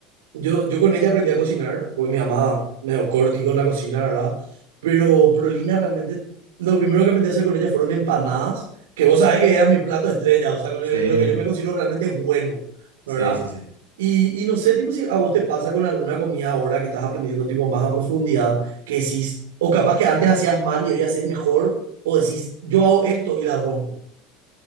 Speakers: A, on the right (about 65°); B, on the right (about 80°).
A: yo, yo con ella aprendí a cocinar, pues mi mamá medio corti con la cocina, ¿verdad? Pero, pero Lina realmente, lo primero que aprendí a hacer con ella fueron empanadas, que vos sabés que era mi plato estrella, o sea, con
B: Sí,
A: el- lo que yo me considero realmente bueno, ¿verdad?
B: sí, sí, sí.
A: Y, y no sé, tipo, si a vos te pasa con alguna comida ahora que estás aprendiendo, tipo, más a profundidad, que decís, o capaz que antes hacías mal y hoy haces mejor, o decís, yo hago esto y la rompo.